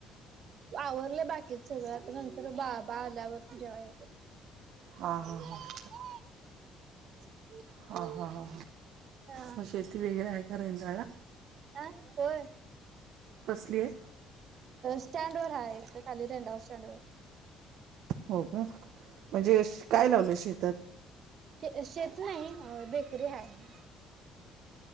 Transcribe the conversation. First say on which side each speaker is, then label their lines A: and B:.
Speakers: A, on the right (about 50°); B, on the right (about 70°).
A: आवरलंय बाकीच सगळं आता नंतर बाबा आल्यावर जेव्हा य.
B: ह ह ह.
A: अ म.
B: ह ह
A: हा.
B: मग शेती वगैरे आहे का रेंद्रळा.
A: अ होय.
B: कसली आहे.
A: स्टँड वर हाय खाली रंडाव स्टँड वर.
B: हो का म्हणजे काय लावलं शेतात.
A: श शेतला आहे बेकरी आहे.